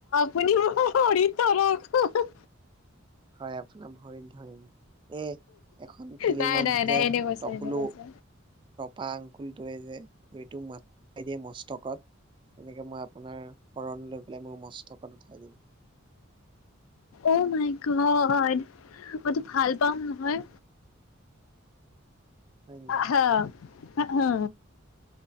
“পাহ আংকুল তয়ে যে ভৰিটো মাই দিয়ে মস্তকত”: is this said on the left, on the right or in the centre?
Right